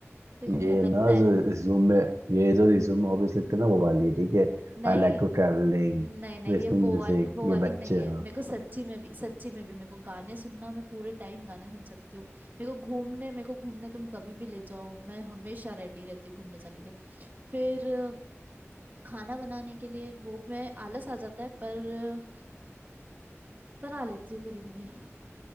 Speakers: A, on the right; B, on the right.
A: देखो क्या
B: ये
A: लगता
B: ना
A: है
B: जो रिज्यूम में ये जो रिज्यूम में हॉबीज लिखते हैं ना वो वाली है ठीक है
A: नहीं
B: I like to travelling
A: नहीं नहीं
B: listening
A: ये वो
B: music
A: वाली वो वाली
B: ये बच्चे
A: नहीं है
B: हैं
A: मेरे को सच्ची में भी सच्ची में भी मेरे को गाने सुनना मैं पूरे टाइम गाने सुन सकती हूँ मेरे को घूमने मेरे को घूमने तुम कभी भी ले जाओ मैं हमेशा रेडी रहती हूँ घूमने जाने के लिए फिर अ, खाना बनाने के लिए वो मैं आलस आ जाता है पर अ, बना लेती हूँ कभी कभी